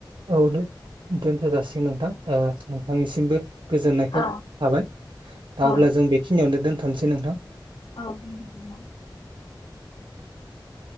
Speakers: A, on the right (about 85°); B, on the left (about 75°).
A: औ दो दोनथ जासिगोन नोंथां ओ नोंथांनिसिमबो गोजोननायखौ
B: औ
A: लाबाय दा
B: औ
A: अब्ला जों बेखिनियावनो दोन थनसै नोंथां
B: औ
A: <unintelligible>